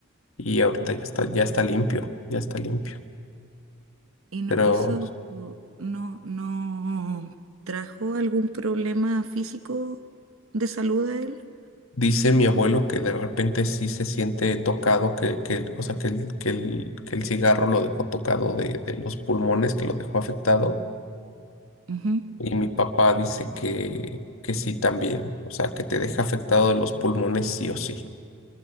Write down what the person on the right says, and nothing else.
mucho
tiempo.
Y no,
eso lo- no, no trajo algún problema físico de salud a él.
Ujú.